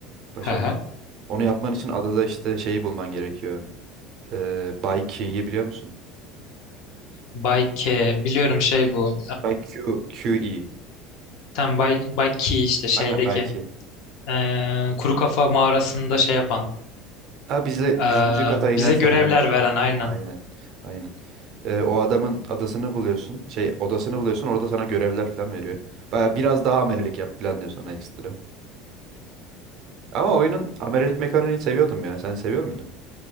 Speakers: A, on the right; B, on the left.
A: Başarım.
B: Hı hı.
A: Onu yapman için adada işte şeyi bulman gerekiyor. Ee, Bay Key'i biliyor musun?
B: Bay K. Biliyorum şey bu.
A: Belki Q, QE.
B: Tam Bay, Bay Key işte şeydeki
A: Aynen belki.
B: eee, kuru kafa mağarasında şey yapan
A: Ha bizle
B: eee,
A: yüzüncü kata
B: bize
A: inersen
B: görevler
A: aynen.
B: veren aynen.
A: Aynen. Aynen. Ee, o adamın adasını buluyorsun. Şey odasını buluyorsun. Orada sana görevler falan veriyor. Baya biraz daha amelelik yap falan diyor sana ekstra. Ama oyunun amelelik mekaniğini seviyordum ya. Sen seviyor muydun?